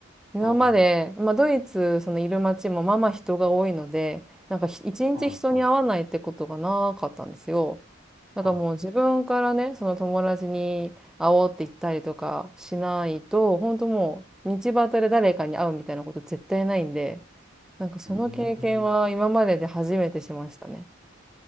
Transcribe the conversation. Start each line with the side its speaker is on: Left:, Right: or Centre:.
Centre: 今まで、
Right: おー。
Centre: まあ、ドイツ、そのいる街もまあまあ人が多いので、なんかひ一日人に会わないってことがなかったんですよ。
Right: はいはい
Centre: だからもう自分からね、
Right: はい。
Centre: その友達に会おうって言ったりとかしないと、本当もう道端で誰かに会うみたいなこと絶対ないんで、なんかその経験は今までで初めてしましたね。
Right: うーん。